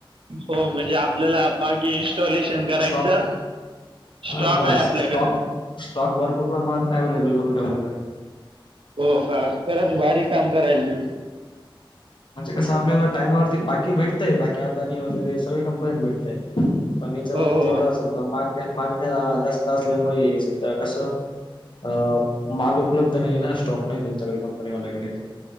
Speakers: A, on the right (about 70°); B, on the left (about 60°).
A: हो म्हणजे आपल्याला बाकी इन्स्टॉलेशन करायचं
B: स्टॉक
A: स्टॉक
B: हा ब
A: आहे आपल्याकडे
B: स्टॉक स्टॉक भरपूर प्रमाणात अव्लेबल करून ठेवलेला आहे
A: हो का खरत बारीक काम करायल तुम्ही
B: म्हणजे कस आपल्याला टायमावरती बाकी भेटतंय बाकी आदानी वगैरे सगळ्या कंपनीत भेटत पण याच्यावरती
A: हो हो
B: जेवढं अस समजा मागण्या मागण्या जास्त असल्यामुळे सध्या कसं अ माल उपलब्ध नाही ना स्टॉक नाही त्यांच्याकडे कंपनी वाल्याकडे